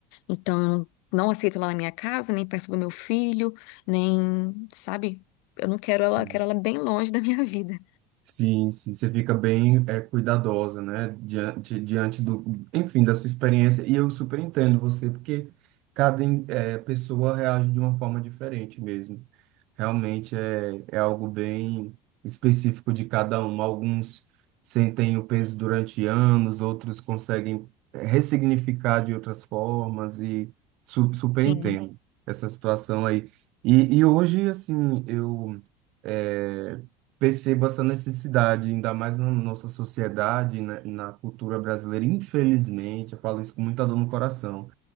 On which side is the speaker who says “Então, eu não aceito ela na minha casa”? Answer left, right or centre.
Left